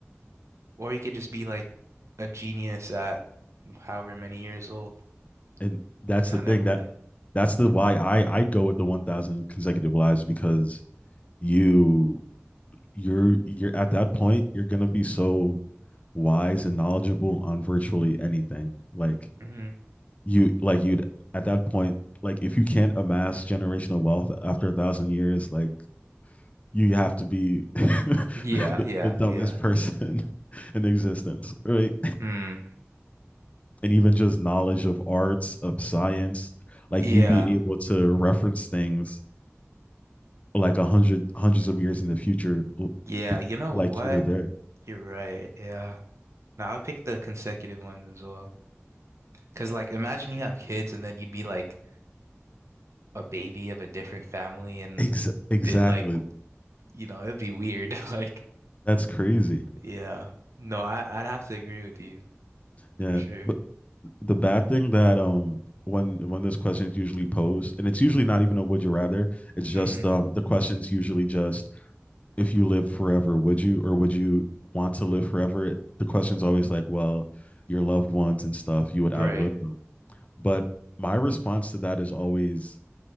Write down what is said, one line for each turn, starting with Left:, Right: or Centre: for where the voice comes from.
Right: Or you could just be like a genius at however many years old
Left: and that's
Right: and kind
Left: the thing
Right: of
Left: that
Right: uh
Left: that's the why I I go with the one thousand consecutive lives because you you're you're at that point you're gonna be so wise and knowledgeable on virtually anything like
Right: mhm.
Left: you like you'd at that point like if you can't amass generational wealth after a thousand years like you have to be <laughs> the,
Right: Yeah, yeah,
Left: the dumbest
Right: yeah.
Left: person <laughs> in existence right
Right: Hmm.
Left: and even just knowledge of arts of science like
Right: Yeah.
Left: you'd be able to reference things like a hundred hundreds of years in the future
Right: Yeah. You know
Left: like
Right: what?
Left: you were there
Right: You're right. Yeah. Now I'll pick the consecutive ones as well. Because, like, imagine you have kids and then you'd be like, a baby of a different family and
Left: Ex- exactly
Right: did like, you know, it'd be weird. <laughs> Like,
Left: That's crazy.
Right: yeah. No, I, I'd have to agree with you
Left: Yeah.
Right: for sure.
Left: But the bad thing that um when when those questions usually posed, and it's usually not even a would you rather. It's just
Right: hmm
Left: um the questions usually just if you live forever, would you or would you want to live forever? The question's always like, well, your loved ones and stuff, you would
Right: Right.
Left: outlive them. But my response to that is always